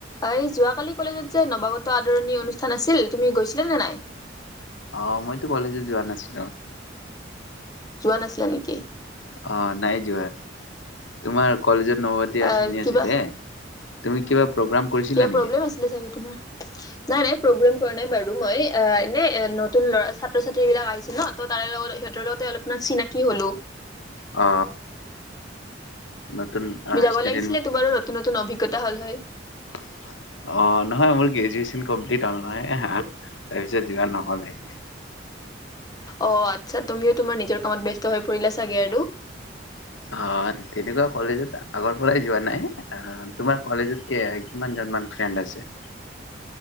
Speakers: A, on the left; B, on the left.
A: এই যোৱাকালি কলেজত যে নৱাগত আদৰণি অনুষ্ঠান আছিল তুমি গৈছিলা নে নাই?
B: অঁ' মইতো কলেজেই যোৱা নাছিলো।
A: যোৱা নাছিলা নেকি?
B: অঁ নাই যোৱা। তোমাৰ কলেজত নৱাগত
A: আহ
B: আদৰণি
A: কিবা
B: আছিলে? তুমি কিবা প্ৰগ্ৰাম- কৰিছিলা
A: কিবা
B: নেকি?
A: প্ৰব্লেম আছিলে চাগে তোমাৰ। নাই-নাই প্ৰগ্ৰেম কৰা নাই বাৰু মই। অ, এনেই নতুন ল'ৰা ছাত্ৰ-ছাত্ৰী বিলাক আহিছে ন, ত- তাৰে লগত সিহঁতৰ লগতে অলপমান চিনাকি হলো।
B: অঁ' নতুন-
A: তুমি যাব
B: ষ্টুডেন্ট
A: লাগিছিলে, তোমাৰো নতুন নতুন অভিজ্ঞতা হল হয়।
B: অ, নহয় মোৰ গ্ৰেজুৱেচন কমপ্লিট হল নহয়। তাৰপিছত যোৱা নহ'লে।
A: অ' আৎচ্ছা, তুমিও তোমাৰ নিজৰ কামত ব্যস্ত হৈ পৰিলা চাগে আৰু।
B: অঁ, তেনেকুৱা কলেজত আগৰ পৰাই যোৱা নাই। অহ তোমাৰ কলেজত- কে কিমানজন মান ফ্ৰেণ্ড আছে?